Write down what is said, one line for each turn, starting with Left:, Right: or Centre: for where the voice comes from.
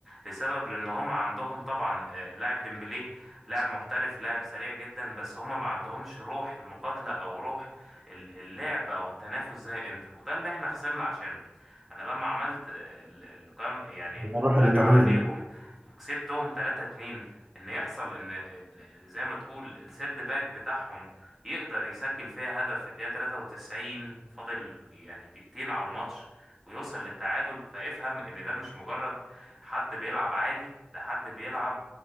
Centre: لسبب لان هما عندهم طبعا آه، لاعب ديمبلي لاعب محترف لاعب سريع جدا بس هما ما عندهمش روح المقاتلة او روح ال- اللعب او التنافس زي انتر وده اللي احنا خسرنا عشانه انا لما عملت ال- القيام يعني الرجعة
Right: الروح الإيطالية
Centre: عليهم
Right: دي
Centre: وكسبتهم 3 2 ان يحصل ان ال- زي ما تقول السيرد باك بتاعهم يقدر يسجل فيها هدف في الدقيقة 93 فاضل يعني دقيقتين على الماتش ويوصل للتعادل فافهم ان ده مش مجرد حد بيلعب عادي ده حد بيلعب